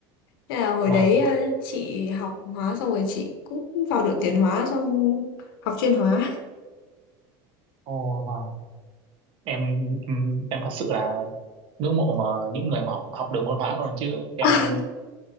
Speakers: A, on the left; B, on the right.
A: Thế là hồi
B: Vâng,
A: đấy ờ, chị học hóa xong rồi chị cũng vào đội tuyển hóa xong học chuyên hóa
B: ồ vâng. Em em em thật sự là ngưỡng mộ mà những người mà học học được môn hóa luôn chứ em
A: <laughs>